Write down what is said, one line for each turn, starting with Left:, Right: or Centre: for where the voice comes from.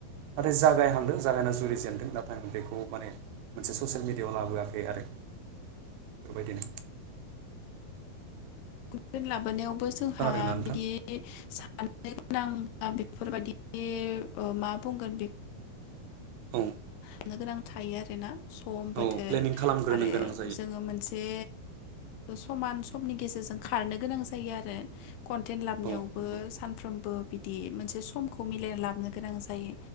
Right: नाथाय जागायहांदों जागायना जुरिजेनदों नाथाय आं बेखौ माने मोनसे ससियेल मिेडियाआव लाबोआखै आरो बेफोर बायदिनो
Left: बेद <unintelligible> लाबोनायाव जोंहा
Right: खोनादोंना नोंथां
Left: बिदि दिन माननो गोनां <unintelligible> बेफोरबायदि मा बुंगोन बे
Right: औ।
Left: साननो गोनां थायो आरोना। सम बोथोर
Right: औ प्लेनिं खालामग्रोनो
Left: आरो
Right: गोनां जायो
Left: जोङो मोनसे समान समनि गेजेरजों खारनो गोनां जायो आरो। कन्टेन्ट लाबोनावबो
Right: औ नंगौ
Left: सानफ्रोमबो बिदि मोनसे समखौ मिलायना लाबोनो गोनां जायो।